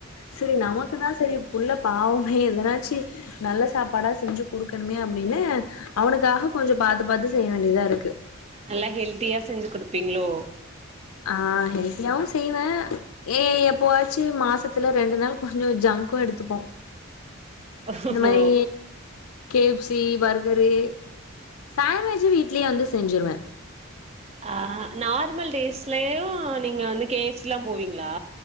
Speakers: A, on the left; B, on the right.
A: செரி நமக்கு தா செரி புள்ள பாவமே எதனாச்சு நல்ல சாப்பாடா செஞ்சு குடுக்கெணுமே அப்டின்னு அவனுக்காக கொஞ்சொ பாத்து பாத்து செய்ய வேண்டியதா இருக்
B: நல்லா ஹெல்த்தியா செஞ்சு குடுப்பீங்களோ
A: ஆ ஹெல்த்தியாவு செய்வே ஏ எப்போவாச்சு மாசத்துல ரெண்டு நாள் கொஞ்சொ ஜங்க்கு எடுத்துப்போ
B: ஓஹோ
A: இந்த மாரி K F C burger sandwich வீட்லயே வந்து செஞ்சுருவே
B: ஆ நார்மல் டேஸ்லயு நீங்க வந்து கே யஃப் சி எலா போவீங்களா